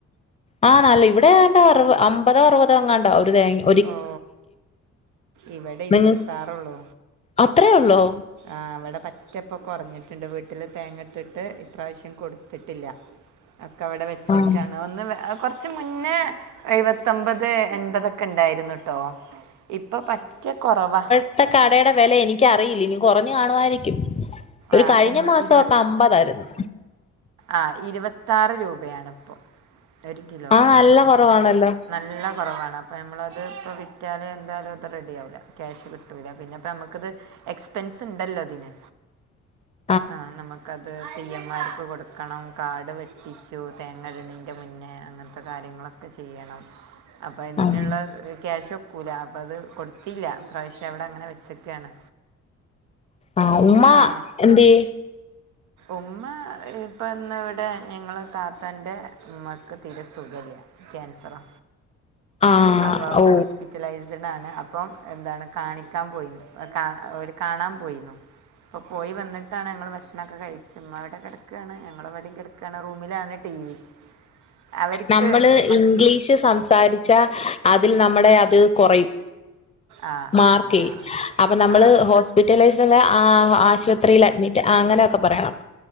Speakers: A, on the left; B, on the right.
A: ആഹ് നല്ല ഇവിടെണ്ടാ അറുവ അമ്പതോ അറുപതോങ്ങാണ്ടാ ഒര് തേങ്ങ
B: ഓ ഇവിടെ ഇരുവത്താറൊള്ളൂ
A: നിങ്ങ അത്രേ ഒള്ളോ
B: ആഹ് വിടെ പറ്റപ്പ കുറഞ്ഞിട്ടുണ്ട് വീട്ടില് തേങ്ങട്ടിട്ട് ഇപ്രാവ്ശ്യം കൊടുത്തിട്ടില്ല
A: <inaudible>
B: ഒക്കെവിടെ വെച്ചക്കാണ്
A: ആഹ്
B: ഒന്ന് വെ കൊർച്ച് മുന്നേ എഴുവത്തൊമ്പത് എൻപതൊക്കെണ്ടായിരുന്നുട്ടോ ഇപ്പൊ പറ്റെ കൊറവാ
A: ത്ത കടയുടെ വില എനിക്കറിയില്ല ഇനി കൊറഞ്ഞ് കാണുവായിരിക്കും ഒരു
B: ആഹ്
A: കഴിഞ്ഞ
B: എൻ
A: മാസൊക്കെ
B: ഇരുപ
A: അമ്പതായിരുന്നു
B: ആഹ് ഇരുവത്താറ് രൂപയാണ്പ്പൊ ഒരു കിലോക്ക്
A: ആഹ് നല്ല കുറവാണല്ലോ
B: നല്ല കൊറവാണ് അ പ്പോ ഞമ്മളത് പ്പോ വിറ്റാല് എന്തായാലും അത് റെഡിയാവൂല്ല ക്യാഷ് കിട്ടൂല്ല പിന്നെപ്പ ഞമ്മക്കിത് എക്സ്പെൻസ്ണ്ടല്ലോതിന്
A: <inaudible>
B: ആഹ് നമക്കത് തീയ്യന്മാർക്ക് കൊട് ക്കണം കാട് വെട്ടിച്ചു തേങ്ങട്ണിൻ്റെ മുന്നേ അങ്ങൻത്തെ കാര്യങ്ങളൊക്കെ ചെ യ്യണം അപ്പം അതിനുള്ള
A: ആഹ്
B: ക്യാഷൊ ക്കൂലാ അപ്പ അത് കൊടുത്തില്ല ഇപ്രാവശ്യം അവിടെങ്ങനെ വെച്ചക്കാണ്
A: ആഹ് ഇമ്മ
B: ആ
A: എന്ത്യേ
B: ഉമ്മ ഇപ്പ ന്ന് വ്ടെ ഞങ്ങള് താ ത്തൻ്റെ മ്മക്ക് തീരെ സുഖല്യ ക്യാൻസറാ
A: ആഹ്
B: അപ്പോ
A: ഓ
B: ഓസ്പി റ്റലൈസ്ഡ് ആണ് അപ്പം എന്താണ് കാണിക്കാൻ പോയി ഓര് കാണാൻ പോയിന്നു പ്പൊ പോയി വന്നിട്ടാണ് ഞങ്ങൾ ഭഷ് ഷണൊക്കെ കഴിച്ചു മ്മവടെ കെട്ക്കാണ് ഞങ്ങള് വടിം കെട്ക്കാണ് റൂമിലാണ് ടി വി അവർക്ക്
A: നമ്മള്
B: മക്ക
A: ഇംഗ്ലീഷ് സംസ് സംസാരിച്ചാ അതിൽ നമ്മുടെ അത് കൊറയും
B: ആ
A: മാർക്കേയ്
B: ആ ആ
A: അപ്പൊ നമ്മള്
B: ആ ആ ഓക്കെ
A: ഹോസ്പിറ്റലൈസ്ട്ല്ല ആശുപത്രിയിൽ അഡ്മിറ്റ് അങ്ങനെയൊക്കെ പറയണം